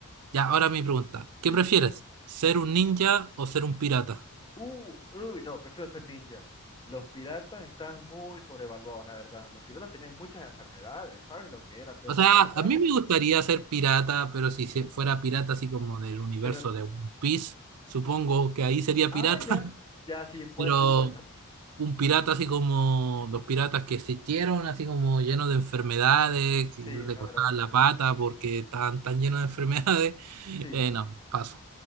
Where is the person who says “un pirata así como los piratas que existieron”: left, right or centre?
Right